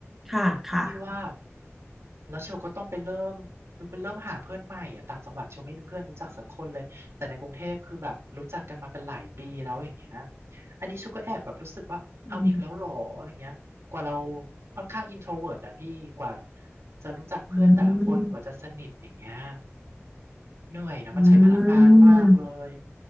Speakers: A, in the centre; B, on the right (about 70°).
A: ค่ะค่ะ
B: พี่ว่าแล้วเชลก็ต้องไปเริ่มคือไปเริ่มหาเพื่อนใหม่อะต่างจังหวัดเชลไม่มีเพื่อนรู้จักสักคนเลยแต่ในกรุงเทพคือแบบรู้จักกันมาเป็นหลายปีแล้วอย่างเงี้ยอันนี้เชลก็แอบแบบรู้สึกว่าเอาอีกแล้วเหรออะไรเงี้ย
A: อืม
B: กว่าเราค่อนข้างอินโทรเวิร์ตอะพี่กว่าจะรู้จักเพื่อนแต่ละคนกว่าจะสนิทอย่างเงี้ย
A: อืม
B: เหนื่อยนะมันใช้พลังงานมากเลย
A: อืม